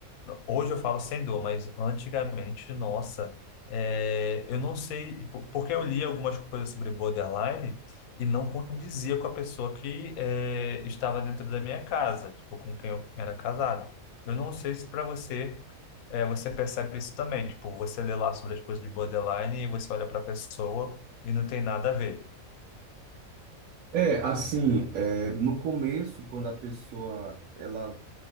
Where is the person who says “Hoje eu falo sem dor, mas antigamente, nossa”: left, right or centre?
Left